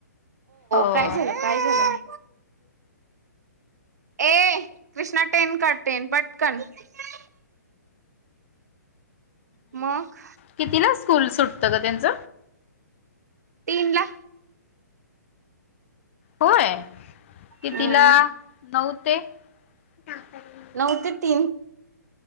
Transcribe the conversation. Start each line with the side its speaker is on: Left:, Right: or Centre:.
Left: हो.
Right: काय झालं, काय झालं, <unintelligible> मग?
Left: किती ला स्कूल, सुटतं ग त्यांच.
Right: तीन ला,
Left: होय कितिला,
Right: हम्म
Left: नऊ ते, पर्यंत.
Right: नऊ ते तीन,